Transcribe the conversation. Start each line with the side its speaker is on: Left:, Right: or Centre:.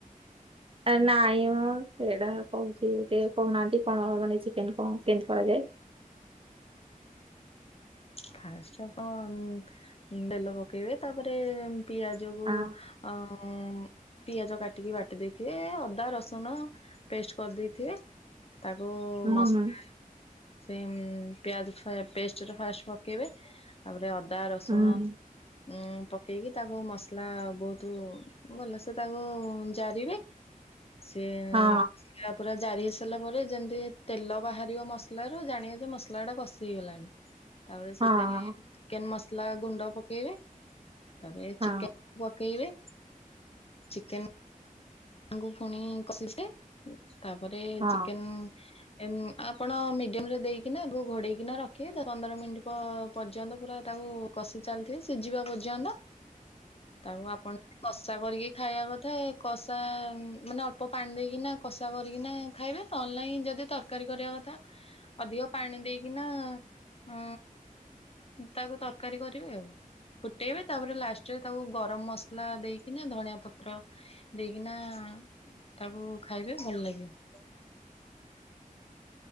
Right: ଏ ନାଇଁ ମ ସେଇଡା କୋହୁଚି ଟିକେ କୋହୁନାହାନ୍ତି କଣ ମାନେ ଚିକେନ୍ କଣ କେମତି କରାଯାଏ।
Left: ଫାଷ୍ଟ ଆପଣ ଉମ୍ ତେଲ ପକେଇବେ ତାପରେ ପିଆଜକୁୁ
Right: ହଁ
Left: ଅଁ ପିଆଜ କାଟିକି ବାଟି ଦେଇଥିବେ ଏ ଅଦା, ରସୁଣ ପେଷ୍ଟ କରିଦେଇଥିବେ। ତାକୁ
Right: ହଁ
Left: ମସଲା
Right: ହୁଁ
Left: ସେ ଉମ୍ ପିଆଜ ଫା ପେଷ୍ଟର ଫାଷ୍ଟ ପ ପକେଇବେ ତାପରେ ଅଦା, ରସୁଣ
Right: ହୁଁ ହୁଁ
Left: ଉଁ ପକେଇକି ତାକୁ ମସଲା ବୋହୁତ ଭଲସେ ତାକୁ ଜାରିବେ। ସିମ୍
Right: ହଁ
Left: <unintelligible> ପୁରା ଜାରି ହେଇସାରିଲା ପରେ ଯେମିତି ତେଲ ବାହାରିବ ମସଲ ରୁ ଜାଣିବେ ଯେ ମସଲା ଟା କଷି ହେଇଗଲାଣି। ତାପରେ ସେଥେରେ
Right: ହଁ ହଁ।
Left: ଚିକେନ ମସଲା ଗୁଣ୍ଡ ପକେଇବେ ତାପରେ
Right: ହଁ
Left: ଚିକେନ ପ କେଇବେ ଚିକେନ୍ ତାଙ୍କୁ ଫୁଣି କଷିବେ ତାପରେ
Right: ହଁ
Left: ଚିକେନ ନ ଆପଣ ମିଡିୟମ ରେ ଦେଇକିନା ତାକୁ ଘୋଡେଇକିନା ରଖିବେ ଦ ପନ୍ଦର ମିନିଟ୍ ପ ପର୍ଯ୍ୟନ୍ତ ପୁରା ତା କୁ କଷି ଚାଲିଥିବେ ସିଝିବା ପର୍ଯ୍ୟନ୍ତ।
Right: <inaudible>
Left: ତାକୁ ଆପଣ ଯଦି କଷା କରିକି ଖାଇବା କଥା କସ୍ କଷା ମାନେ ଅଳ୍ପ ପାଣି ଦେଇକିନା କଷା କରିକିନା ଖାଇବେ ନହେଲେ ନାଇଁ ଯଦି ତରକାରୀ କରିବା କଥା ଅଧିକ ପାଣି ଦେଇକିନା
Right: <inaudible>
Left: ଅଁ ତାକୁ ତରକାରୀ କରିବେ ଆଉ। ଫୁଟେଇବେ ତାପରେ ଲାଷ୍ଟରେ ତାକୁ ଗରମ ମସଲା ଦେଇକିନା ଧଣିଆ ପତ୍ର ଦେଇକିନା। ତାକୁ ଖାଇବେ ଭଲ ଲାଗିବ।
Right: <inaudible>